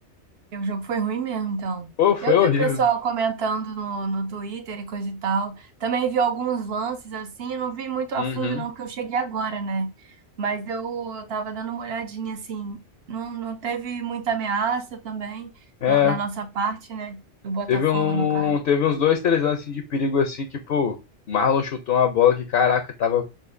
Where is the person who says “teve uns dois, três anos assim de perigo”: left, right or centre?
Left